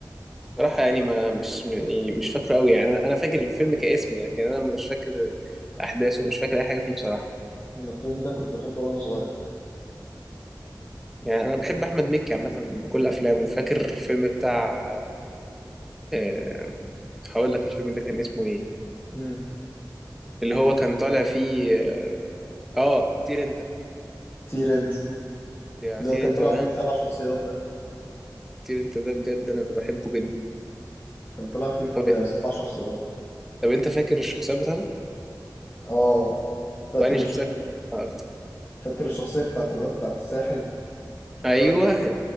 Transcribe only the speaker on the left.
من الفيلم ده كنت بحبه وانا صغير
امم
طير انت
اللي
هو كان
طلع
فيه سبع شخصيات ده
كان طلع فيه ب-
سبع شخصيات
اه فاكر
الش-
فاكر الشخصية بتاعت الواد بتاعت الساحل اللي
هو